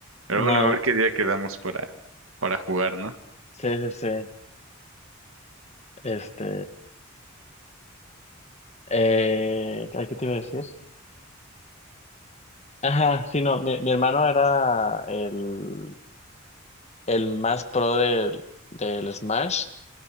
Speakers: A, on the right; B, on the left.
A: Pero
B: No,
A: bueno, a ver qué día quedamos para, para jugar, ¿no?
B: sí, sí, sí. Este, eh, ¿a ¿qué te iba a decir? Ajá, sí, no, mi, mi hermano era el, el más pro del, del Smash